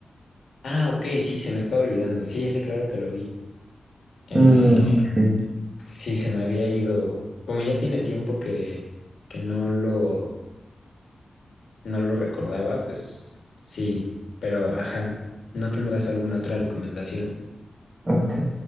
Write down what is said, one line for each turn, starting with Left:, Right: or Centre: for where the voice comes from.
Left: Ah, ok, sí, se me estaba olvidando. Sí, ese claro que lo vi. Eh,
Right: Mm, ok,
Left: sí, se me había ido. Como ya tiene tiempo que, que no lo, no lo recordaba, pues sí, pero ajá, ¿no tendrás alguna otra recomendación?
Right: ok.